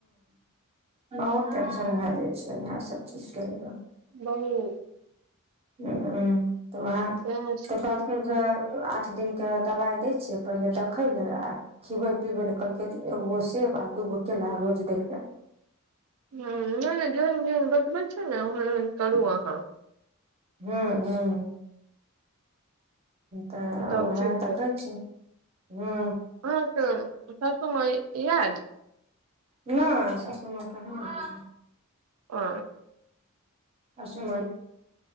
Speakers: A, on the right; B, on the right.
A: बहुत टेंशन भए जाइ छै इहै सब <unintelligible>
B: बहुत
A: हूँ तऽ वह
B: तें से
A: तऽ
B: ह
A: कहल जे आठ दिनके दबाइ दै छियै पहिले देखै लए आ खिबै पिबै नै कहलकै एगो सेव दूगो केला रोज दै ला
B: हूँ नै नै जेहन जेहन बतबै छै ने ओहेन ओहेन करू अहाँ
A: हूँ हूँ तऽ
B: तब
A: उएह
B: ठीक
A: देखै छीयौ हूँ
B: आहाँ के सासु मा याद
A: नय शाशु मा कहाँ अबै है
B: ओ
A: अस म ह